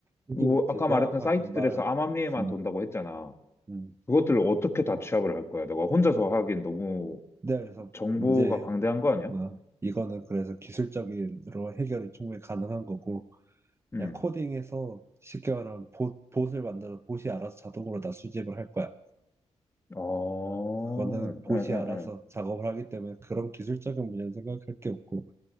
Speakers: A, on the right; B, on the left.
A: 그게
B: 뭐
A: 이제
B: 아까
A: 내가
B: 말했던
A: 방금
B: 사이트들에서
A: 말한,
B: 암암리에만
A: 음,
B: 돈다고 했잖아.
A: 음.
B: 그것들을 어떻게 다 취합을 할 거야? 너가 혼자서 하기엔 너무
A: 네, 그래서
B: 정보가
A: 이제,
B: 방대한 거 아니야?
A: 어, 이거는 그래서 기술적으로 해결이 충분히 가능한 거고,
B: 음.
A: 그냥 코딩해서 쉽게 말하면 봇, 봇을 만들어 봇이 알아서 자동으로 다 수집을 할 거야.
B: 어,
A: 그거는
B: 응,
A: 봇이
B: 응,
A: 알아서
B: 응.
A: 작업을 하기 때문에 그런 기술적인 문제는 생각할 게 없고,